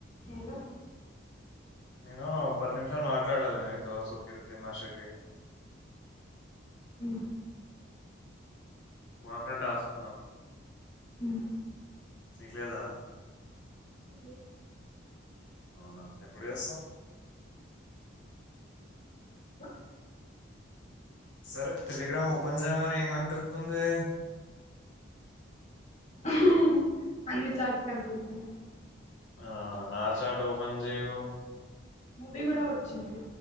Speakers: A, on the left; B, on the left.
A: Hello
B: నేను పది నిమిషాలు మాట్లాడాలి నీతో సుకీర్తిమ్మాశెట్టి.
A: ఉమ్
B: బ ఫ్రెండ్ ఆసుకుందాము.
A: ఉమ్
B: నీకు లేదా.
A: ఉమ్ లేదు.
B: అవునా ఎప్పుడు చేస్తావ్.
A: వ్వా
B: సరే టెలిగ్రామ్ ఓపెన్ చేయగానే ఏం కనిపిస్తుంది.
A: ఉమ్ అన్ని చార్ట్స్ కనిపిస్తున్నాయి.
B: ఆహ్ నా చాట్ ఓపెన్ చెయ్యు.
A: మూవీ కూడా వచ్చింది